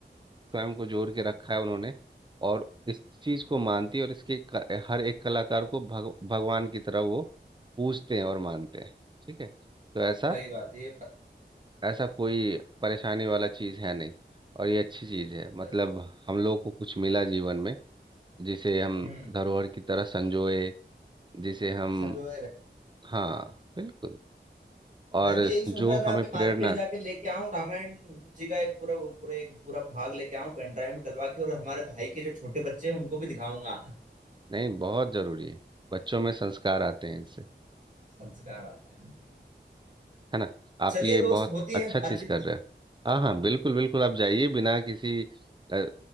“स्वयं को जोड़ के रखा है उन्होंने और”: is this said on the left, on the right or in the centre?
Right